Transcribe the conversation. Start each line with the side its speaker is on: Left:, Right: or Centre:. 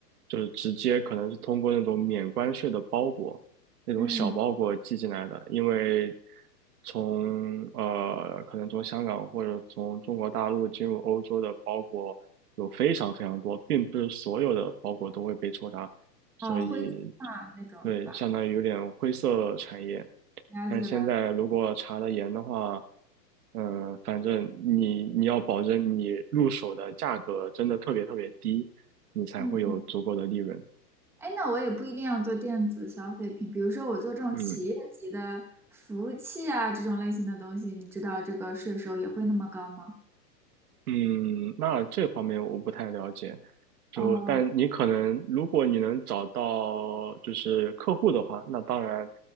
Right: 就是直接可能是通过那种免关税的包裹。那种小包裹寄进来的，
Centre: 嗯，
Right: 因为从呃，可能从香港或者从中国大陆进入欧洲的包裹有非常非常多，并不是所有的包裹都会被抽查，所以
Centre: 哦，灰机化那种，
Right: 对，
Centre: 对吧？
Right: 相当于有点灰色产业。
Centre: 了解了解
Right: 但是现在如果查得严的话，嗯、反正你你要保证你入手的价格真的特别特别低，你才会有足够的利润。
Centre: 嗯，哎，那我也不一定要做电子消费品，比如说我做这种企业级的服务器啊，
Right: 嗯，
Centre: 这种类型的东西，你知道这个税收也会那么高吗？
Right: 嗯，那这方面我不太了解，就但你可能如果你能找到就是客户的话，
Centre: 哦，
Right: 那当然，